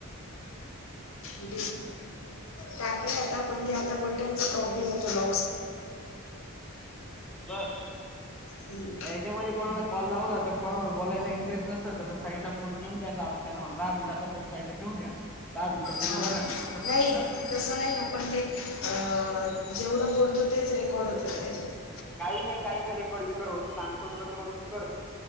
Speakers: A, on the left; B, in the centre.
A: हम् टाकला होता पण ते आता. बटनचा प्रॉब्लेम हो
B: बर
A: हम्
B: याच्यामध्ये कोणाला कॉल लावला जर कोणावर बोलायला इंटरेस्ट नसेल तर साईडला फोन द्यायला लाव त्यां म्ह दहा मिनटचा फोन ठेवून द्या दहा मिनिटं बोलून
A: हां
B: झालं नंतर
A: नाही
B: तुमचं
A: तसं पण ते जेवढं बोलतो तेच रेकॉर्ड होत ना त्याच्यात.
B: काही नाही काही नाही रेकॉर्ड बीकॉर्ड कर होत सांगतो तुला तेवढं चु कर